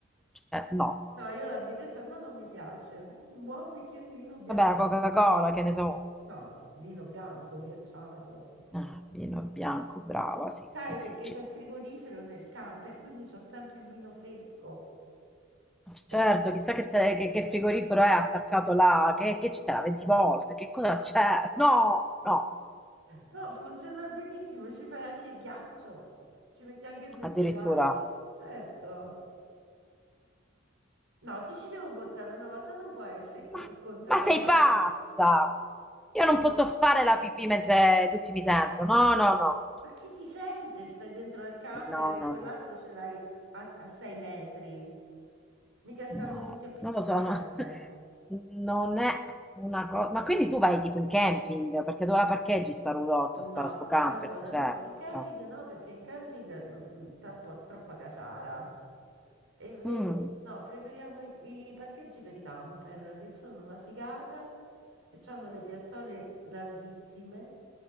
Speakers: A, in the centre; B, on the right.
A: Cioè, no.
B: No, io la birretta no, non mi piace. Un buon bicchiere di vino bianco.
A: Vabbè, la Coca-Cola, che ne so.
B: No, vino bianco, ghiacciato.
A: Ah, vino bianco, brava, sì,
B: Sai,
A: sì, sì.
B: perché
A: ci-
B: c'è il frigorifero nel camper, quindi c'ho sempre il vino fresco.
A: Certo,
B: E
A: chissà che, te- che- che frigorifero è attaccato là, che, che c'è 20 volte, che cosa c'è? No, no,
B: No, funziona benissimo, ci fai anche il ghiaccio, ci metti anche sul
A: addirittura.
B: gelati, certo. No, ti ci devo portare una volta, non può essere così
A: Ma,
B: contraria
A: ma sei
B: una
A: pazza!
B: cosa.
A: Io non posso fare la pipì mentre tutti mi sentono. No, no, no.
B: Ma chi ti sente? Stai dentro al camper
A: No,
B: e
A: no,
B: quell'altro
A: no.
B: ce l'hai a, a sei metri. Mica stanno
A: No,
B: tutti appiccicati,
A: non lo so, no. <laughs>
B: eh.
A: Non è una cosa. Ma quindi tu vai tipo in camping? Perché dove la parcheggi sta roulotte,
B: No,
A: sta sto camper?
B: allora
A: Cos'è?
B: no, in camping
A: No.
B: no, perché in camping mm, mm, troppo- troppa caciara. E invece,
A: Mm.
B: no, preferiamo i, i parcheggi per i camper, che sono una figata, che hanno le piazzole larghissime,